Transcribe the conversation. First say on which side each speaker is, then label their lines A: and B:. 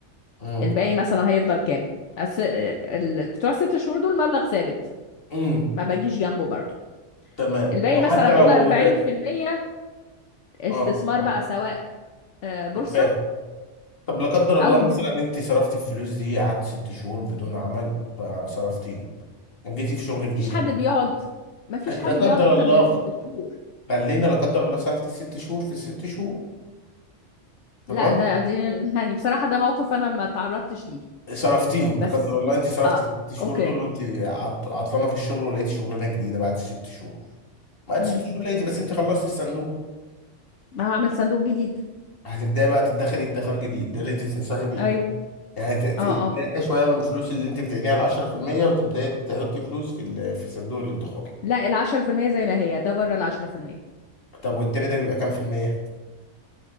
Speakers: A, on the left; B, on the left.
A: امم
B: الباقي مثلا هيفضل كام أس... ال... بتوع ست شهور دول مبلغ ثابت
A: امم
B: ما بجيش جنبه برضه
A: تمام
B: الباقي
A: وحتى
B: مثلا قول
A: لو
B: 40% استثمار
A: اه حت-
B: بقى سواء آه، بورصة
A: فاهم طب لا قدر الله
B: او د...
A: مثلا انت صرفتي الفلوس دي قعدت ست شهور بدون عمل فصرفتيهم جيتي في شغل جديد
B: مفيش حد
A: يعني
B: بيقعد مفيش
A: لا
B: حد
A: قدر
B: بيقعد اكتر
A: الله
B: من ست شهور
A: خلينا لا قدر الله صرفتي الست شهور في الست شهور تمام
B: لا ده دي يعني بصراحة ده موقف انا ما تعرضتش ليه
A: صرفتيهم
B: بس
A: لا قدر الله انت صرفتي
B: اه
A: الست شهور
B: اوكي
A: دول وانت عط- عطلانه في الشغل ولقيتي شغلانه جديده بعد الست شهور بعد
B: امم
A: ست شهور لقيتي بس انت خلصتي الصندوق
B: هعمل صندوق جديد
A: هتبداي بقى تدخري ادخار جديد ده اللي انت تنصحي بيه
B: ايوه
A: يعني ت- ت-
B: اه اه
A: تلاقي شويه من الفلوس اللي انت بتعينيها ال 10% وتبداي تحطي فلوس في ال- في صندوق الادخار
B: لا العشرة في المية زي ما هي ده بره العشرة في المية
A: طب والتاني ده بيبقى كام في المية؟